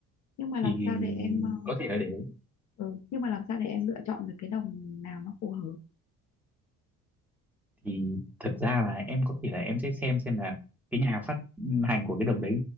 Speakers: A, on the left (about 40°); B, in the centre.
A: Nhưng mà làm
B: thì
A: sao để em ờ,
B: có thể là để đấy
A: ừ. nhưng mà làm sao để em lựa chọn được cái đồng nào nó phù hợp?
B: thì thật ra là em có thể là em sẽ xem xem là cái nhà phát hành của cái đồng đấy